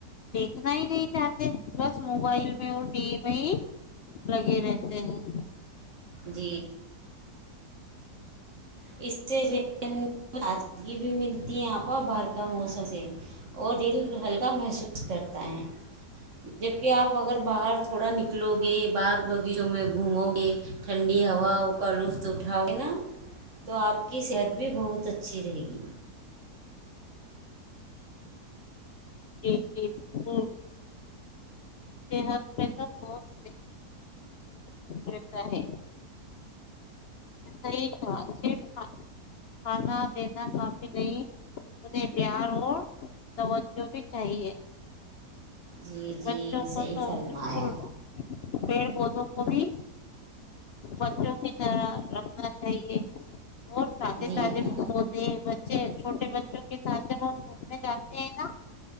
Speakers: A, on the left (about 85°); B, on the right (about 50°).
A: دیکھنا ہی نہیں چاہتے بس موبائل میں اور ٹی وی میں ہی لگے رہتے ہیں
B: جی اس سے تازگی بھی ملتی ہے آپ باہر کا موسم سے اور دل ہلکا محسوس کرتا ہے جبک آپ اگر باہر تھوڑا نکلو گے باغ بغیچوں میں گھومو گے ٹھنڈی ہواؤں کا لطف اٹھاؤ گے نا تو آپ کی صحت بھی بہت اچھی رہے گی
A: جی جی ہ صحت پ بت و ہے صحیح تھا صرف کھانا دینا کافی نہیں انہیں پیار اور توجہ بھی چاہیے
B: جی جی
A: بچوں کو
B: صحیح
A: تو
B: فلما
A: بالکل
B: آیا
A: پیڑ پودوں کو بھی بچوں کی طرح رکھنا چاہیے اور تازے
B: جی
A: تازے ہوتے ہیں بچے چھوٹے بچے کے ساتھ جب ہم گھومنے جاتے ہیں نا